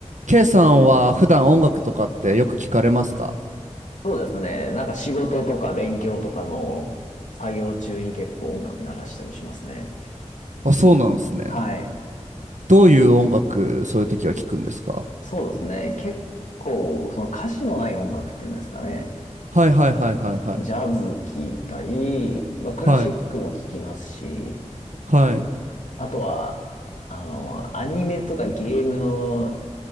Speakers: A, on the right; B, on the left.
A: K さんは普段音楽とかってよく聞かれますか
B: そうですね。なんか仕事とか勉強とかの作業中に結構音楽流したりしますね。
A: あ、そうなんですね。
B: はい。
A: どういう音楽、そういう時は聞くんですか
B: そうですね。結構、その歌詞のない音楽っていうんですかね。
A: はいはいはいはいはい。
B: ジャズ聴いたり、まあ、クラシックも聴きますし、
A: はい。はい。
B: あとは、あの、アニメとかゲームの、